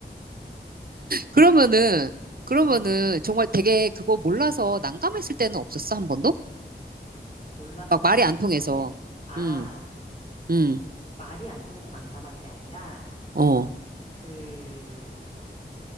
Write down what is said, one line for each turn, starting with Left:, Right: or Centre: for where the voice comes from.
Right: 그러면은, 그러면은
Left: 어.
Right: 정말 되게 그거 몰라서 난감했을 때는 없었어, 한 번도?
Left: 몰라서
Right: 막
Left: 난감했을
Right: 말이 안 통해서.
Left: 때? 아,
Right: 음, 음,
Left: 말이 안 통해서 난감한 게 아니라,
Right: 어.
Left: 그,